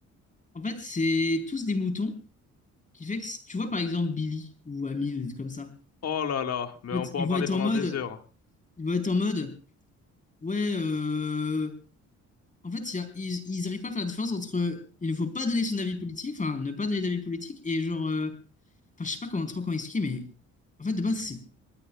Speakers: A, on the left; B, on the left.
A: en fait, c'est tous des moutons qui fait que, si- tu vois, par exemple, Billy ou Ami, ou des trucs comme ça.
B: Oh là là, mais
A: En
B: on
A: fait,
B: peut
A: Ils
B: en
A: vont
B: parler
A: être
B: pendant
A: en mode,
B: des heures.
A: ils vont être en mode, ouais, euh, en fait, il y a- ils, ils arrivent pas à faire la différence entre il ne faut pas donner son avis politique, enfin, ne pas donner d'avis politique, et genre, euh, enfin, je sais pas comment trop comment expliquer, mais en fait, de base, c'est